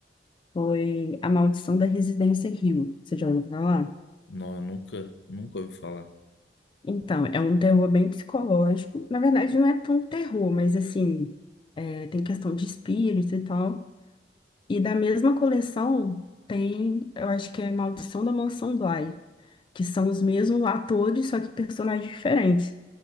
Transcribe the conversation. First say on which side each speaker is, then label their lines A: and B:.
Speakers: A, on the left (about 30°); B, on the left (about 75°).
A: foi A Maldição da Residência Hill. Você já ouviu falar?
B: Não, nunca, nunca ouvi falar.
A: Então, é um terror bem psicológico. Na verdade, não é tão terror, mas assim, é, tem questão de espírito e tal. E da mesma coleção tem, eu acho que é Maldição da Mansão Bly, que são os mesmos atores, só que personagens diferentes.